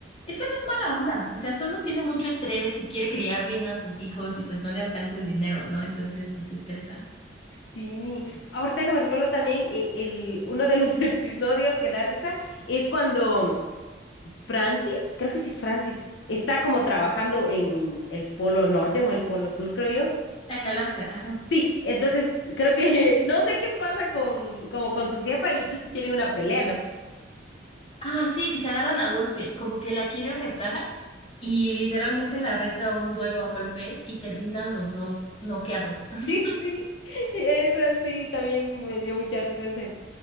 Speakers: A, on the left; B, on the left.
A: es que no es mala onda, o sea, solo tiene mucho estrés y quiere criar bien a sus hijos y pues no le alcanza el dinero, ¿no? Entonces pues se estresa.
B: Sí, ahorita que me recuerdo también, eh, el, uno de los <laughs> episodios que da risa es cuando Francis, creo que sí es Francis, está como trabajando en el polo norte o en el polo sur, creo yo.
A: Ah, En Alaska. <laughs> ajá.
B: Sí, entonces creo que <laughs> no sé qué pasa con, como con su jefa y entonces tienen una pelea, ¿no?
A: Ah, sí, que se agarran a golpes, como que la quiere retar y literalmente la reta a un duelo a golpes y terminan los dos noqueados.
B: <laughs>
A: <laughs>
B: Sí, sí, eso sí, también me dio mucha risa ese,